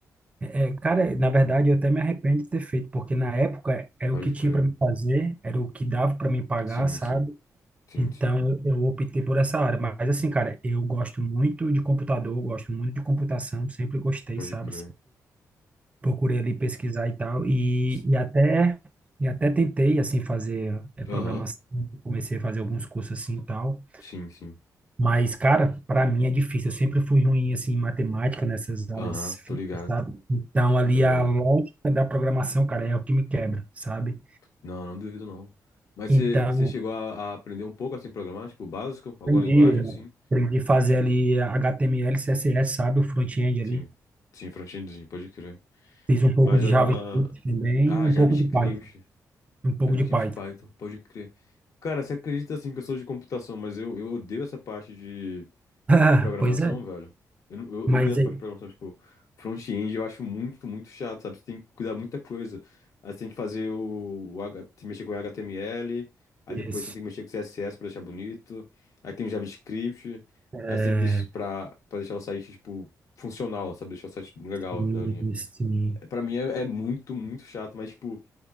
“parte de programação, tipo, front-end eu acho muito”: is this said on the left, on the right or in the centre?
Left